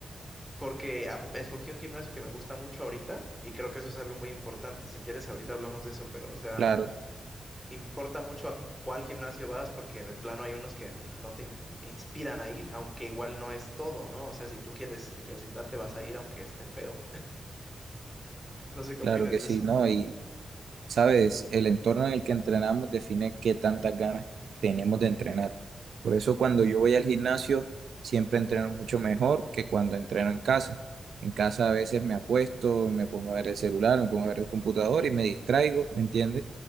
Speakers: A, in the centre; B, on the right.
A: porque a- escogí un gimnasio que me gusta mucho ahorita y creo que eso es algo muy importante. Si quieres, ahorita hablamos de eso, pero o sea,
B: Claro,
A: importa mucho a cuál gimnasio vas porque de plano hay unos que no te im- inspiran a ir, aunque igual no es todo, ¿no? O sea, si tú quieres ejercitarte, vas a ir aunque esté feo. No sé qué
B: claro
A: opinas
B: que
A: de
B: sí,
A: eso.
B: ¿no? Y Sabes, el entorno en el que entrenamos define qué tantas ganas tenemos de entrenar. Por eso cuando yo voy al gimnasio, siempre entreno mucho mejor que cuando entreno en casa. En casa a veces me acuesto, me pongo a ver el celular, me pongo a ver el computador y me distraigo, ¿me entiendes?